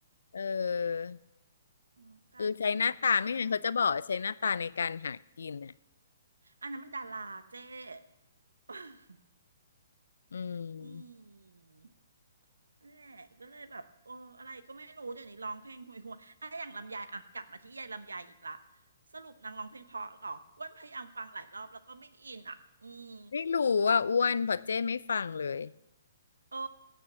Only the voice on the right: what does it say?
อืมกลายเป็นอย่างนี้ไปแล้วเนาะ
อันนั้นมันดาราเจ้ <laughs>
อืมนั่นแหละก็เลยแบบโอ้อะไรก็ไม่รู้เดี๋ยวนี้ร้องเพลงห่วยห่วยอ่ะอย่างลำไยอ่ะกลับมาที่ยายลำไยอีกละสรุปนางร้องเพลงเพราะเหรออ้วนพยายามฟังหลายรอบแล้วก็ไม่อินอ่ะอืม
โอ้